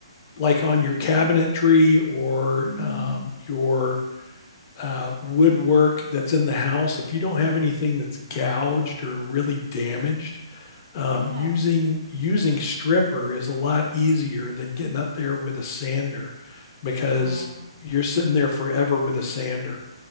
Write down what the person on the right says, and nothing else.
Mm,
yeah.
Wow.